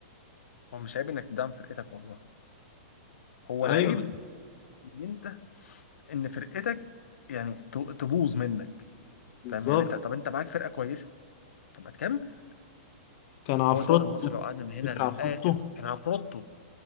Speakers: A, on the left; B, on the left.
A: هو مش عيب انك تدعم فرقتك والله هو
B: ايوه
A: العيب ان انت ان فرقتك يعني ت- تبوظ منك
B: بالظبط
A: فاهم يعني انت طب انت معاك فرقه كويسه طب ما تكمل
B: كان عفروتو
A: هو الدوري المصري لو قعدنا من هنا
B: فاكر
A: للاخر
B: عفروتو
A: كان عفروتو